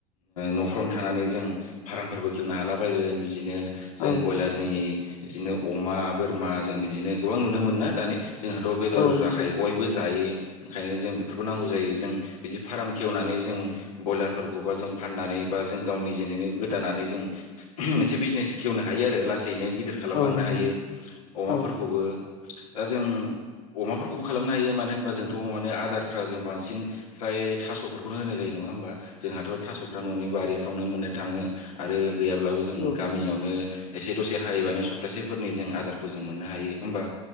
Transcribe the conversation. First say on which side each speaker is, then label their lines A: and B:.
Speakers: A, on the left; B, on the left.
A: न'फ्रावनो थानानै जों फार्मफोरबो खेवनो हाला बायगोन बिदिनो जों
B: औ
A: ब्रयलारनि
B: औ
A: बिदिनो अमा बोरमा जों बिदिनो गोबां नुनो मोना दानि जोंहाथ' बेदर
B: औ
A: जाखायो
B: नंगौ
A: बयबो बो जायो ओंखायनो जों बेफोरखौ नांगौ जायो जों बिदि फार्म खेवनानै जों बयलारफोरखौबा जों फाननानै बा जों गावनि जेने गोदानानै जों मोनसे बिजनेस खेवनो हायो आरो लासैनो गिदिर खालामलांनो
B: औ नंगौ
A: हायो अमाफोरखौबो
B: औ
A: दा जों अमाफोरखौ खालामनो हायो मानो होनबा जोंथ' अमानो आदारफ्रा जों बांसिन फ्राय थास'फोरखौनो होनाय जायो नङा होमबा? जोंहाथ' थास'फ्रा न'नि बारिफ्रावनो मोननो थाङो आरो गैयाब्लाबो जों
B: औ
A: गामियावनो एसे दसे हायोबानो सप्तासेफोरनि जों आदारखौ जों मोननो हायो होमबा